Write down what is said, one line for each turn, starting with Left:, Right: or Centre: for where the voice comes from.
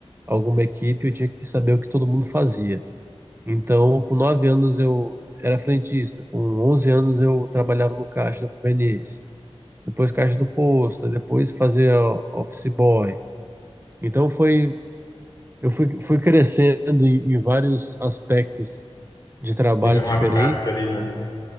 Right: alguma equipe, eu tinha que saber o que todo mundo fazia. Então, com nove anos eu era frentista, com 11 anos eu trabalhava no caixa da conveniência, depois caixa do posto, depois fazia office boy. Então foi, eu fui, fui crescendo em, em vários aspectos de trabalho
Left: Pegando
Right: diferentes.
Left: uma casca ali, né?